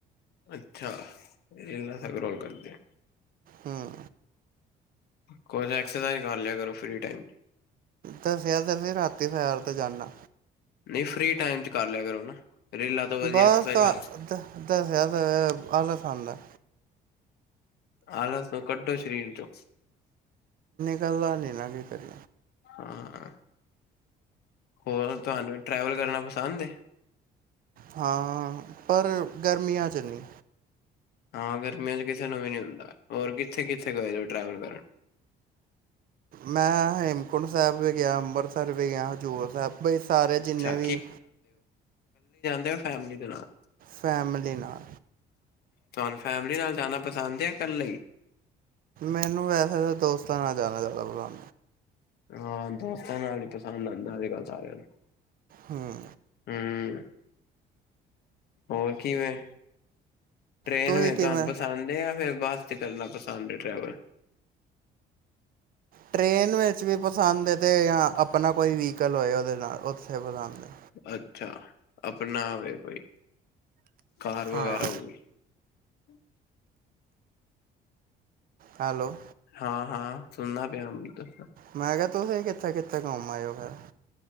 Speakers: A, on the left (about 70°); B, on the right (about 55°).
A: ਅੱਛਾ ਇਨਾ ਸਕਰੋਲ ਕਰਦੇ।
B: ਹਮ।
A: ਕੁਛ ਐਕਸਰਸਾਈਜ਼ ਕਰ ਲਿਆ ਕਰੋ ਫ੍ਰੀ ਟਾਈਮ।
B: ਦੱਸਿਆ ਤੇ ਸੀ ਰਾਤੀ ਸੈਰ ਤੇ ਜਾਨਾ।
A: ਨਹੀਂ ਫ੍ਰੀ ਟਾਈਮ ਚ ਕਰ ਲਿਆ ਕਰੋ ਨਾ। ਰੀਲਾਂ ਤੋਂ ਵਧੀਆ
B: ਬਸ
A: ਐਕਸਰਸਾਈਜ਼
B: ਤਾਂ
A: ਕਰ,
B: ਦ ਦੱਸਿਆ ਤੇ ਆਲਸ ਆਂਦਾ।
A: ਆਲਸ ਨੂੰ ਕੱਢੋ ਸਰੀਰ ਚੋਂ।
B: ਨਕਲਦਾ ਨਹੀਂ ਨਾ ਕੀ ਕਰੀ
A: ਹਾਂ। ਹੋਰ ਤੁਹਾਨੂੰ ਟਰੈਵਲ ਕਰਨਾ ਪਸੰਦ ਏ।
B: ਹਾਂ ਪਰ ਗਰਮੀਆਂ ਚ ਨਹੀਂ।
A: ਹਾਂ ਗਰਮੀਆਂ ਚ ਕਿਸੇ ਨੂੰ ਵੀ ਨੀ ਹੁੰਦਾ ਹੋਰ ਕਿੱਥੇ-ਕਿੱਥੇ ਗਏ ਉ ਟਰੈਵਲ ਕਰਨ।
B: ਮੈਂ ਹੇਮਕੁੰਟ ਸਾਹਿਬ ਵੀਂ ਗਿਆ ਅੰਬਰ ਸਰ ਵੀ ਗਿਆ ਹਜ਼ੂਰ ਸਾਹਿਬ ਬਾਈ ਸਾਰੇ ਜਿੰਨੇ
A: ਅੱਛਾ
B: ਵੀ
A: ਯਾ ਫੈਮਲੀ ਦੇ ਨਾਲ।
B: ਫੈਮਲੀ ਨਾਲ।
A: ਤੁਹਾਨੂੰ ਫੈਮਲੀ ਨਾਲ ਜਾਣਾ ਪਸੰਦ ਏ ਜਾਂ ਕੱਲੇ ਈ?
B: ਮੈਨੂੰ ਵੈਸੇ ਤਾਂ ਦੋਸਤਾਂ ਨਾਲ। ਜਾਣਾ ਜਾਦਾ <unintelligible>
A: ਹਾਂ ਦੋਸਤਾਂ ਨਾਲ ਹੀ ਪਸੰਦ ਆਉਂਦਾ ਅਜ ਕੱਲ੍ਹ ਸਾਰਿਆਂ ਨੂੰ।
B: ਹਮ
A: ਹਮ ਹੋਰ ਕਿਵੇਂ ਟ੍ਰੇਨ
B: ਤੁਸੀਂ
A: ਵੀ
B: ਕਿਵੇਂ
A: ਤੁਹਾਨੂੰ ਪਸੰਦ ਹੈ ਜਾਂ ਫਿਰ ਬਸ ਕਰਨਾ ਪਸੰਦ ਹੈ ਟ੍ਰੈਵਲ।
B: ਟ੍ਰੇਨ ਵਿੱਚ ਵੀ ਪਸੰਦ ਹੈ ਤੇ ਆਪਣਾ ਕੋਈ ਵੀਹੀਕਲ ਹੋਏ ਉਹਦੇ ਨਾਲ ਉਥੇ ਪਸੰਦ ਹੈ।
A: ਅੱਛਾ ਆਪਣਾ ਹੋਵੇ ਕੋਈ। ਕਾਰ ਵਗੈਰਾ
B: ਹਾਂ।
A: ਹੋ ਗਈ। ਹਮ
B: ਹੈਲੋ
A: ਹਾਂ-ਹਾਂ ਸੁਣਨਾ ਪਿਆ ਦੱਸੋ।
B: ਮੈਂ ਕਿਹਾ ਤੁਸੀਂ ਕਿੱਥੇ-ਕਿੱਥੇ ਘੁੰਮ ਆਏ ਓ ਫਿਰ?